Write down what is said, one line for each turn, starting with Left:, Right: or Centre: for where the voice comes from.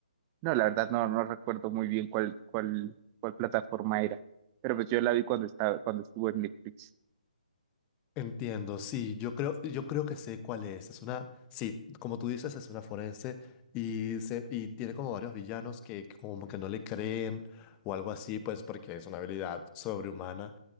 Right: no, la verdad no, no recuerdo muy bien cuál, cuál, cuál plataforma era, pero pues yo la vi cuando estaba, cuando estuvo en Netflix.
Left: Entiendo, sí, yo creo, yo creo que sé cuál es. Es una, sí, como tú dices, es una forense y, se, y tiene como varios villanos que, que como que no le creen o algo así, pues porque es una habilidad sobrehumana.